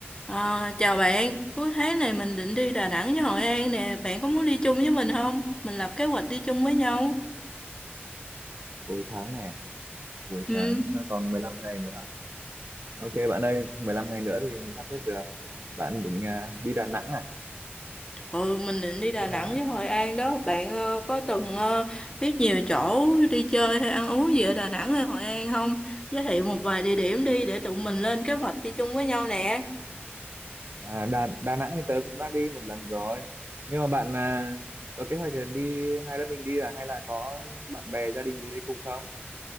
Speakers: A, on the left (about 20°); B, on the right (about 60°).
A: À, chào bạn, cuối tháng này mình định đi Đà Nẵng với Hội An nè, bạn có muốn đi chung với mình không? Mình lập kế hoạch đi chung với nhau.
B: cuối tháng này à? cuối
A: Ừ,
B: tháng à, còn 15 ngày nữa ok bạn ơi 15 ngày nữa thì mình sắp xếp được bạn định à, đi Đà Nẵng à
A: ừ mình định đi Đà
B: thế là
A: Nẵng với Hội An đó, bạn ờ, có từng ờ, biết nhiều chỗ đi chơi hay ăn uống gì ở Đà Nẵng hay Hội An không? Giới thiệu một vài địa điểm đi để tụi mình lên kế hoạch đi chung với nhau nè.
B: à, Đà Đà Nẵng thì tớ cũng đã đi một lần rồi nhưng mà bạn à, có kế hoạch là đi hai đứa mình đi à hay là có bạn bè gia đình gì đi cùng không